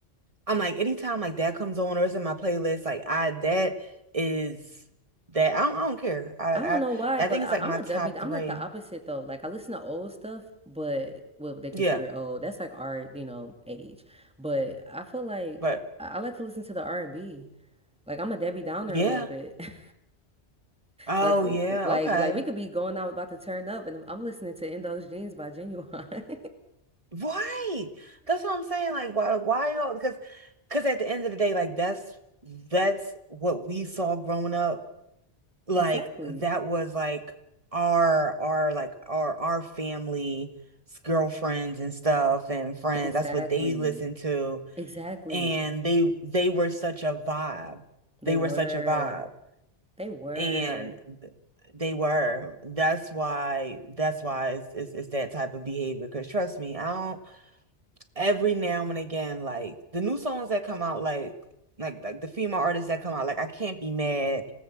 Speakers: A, on the right; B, in the centre.
A: I'm like, anytime like that comes on or it's in my playlist, like I that is that I don't, I don't care. I
B: I don't
A: I
B: know why,
A: I
B: but
A: think
B: I,
A: it's like
B: I'm
A: my
B: a
A: top
B: W. I'm
A: three.
B: like the opposite though. Like I listen to old stuff, but what they consider
A: Yeah,
B: old, that's like our, you know, age. But I feel like
A: but
B: I, I like to listen to the R&B. Like I'm a Debbie Downer
A: yeah.
B: a little bit. <laughs>
A: Oh
B: Like, uh,
A: yeah,
B: like,
A: okay.
B: like we could be going out about to turn up, and I'm listening to In Those Jeans by Genuine. <laughs>
A: Right. That's what I'm saying. Like, why, why y'all? Because, because at the end of the day, like that's that's what we saw growing up. Like
B: Exactly.
A: that was like our our like our our family girlfriends and stuff and friends.
B: Exactly.
A: That's what they listened to,
B: Exactly.
A: and they they were such a vibe.
B: They
A: They
B: were.
A: were such a vibe,
B: They were.
A: and they were. That's why. That's why it's it's, it's that type of behavior. Because trust me, I don't every now and again, like the new songs that come out, like like like the female artists that come out, like I can't be mad.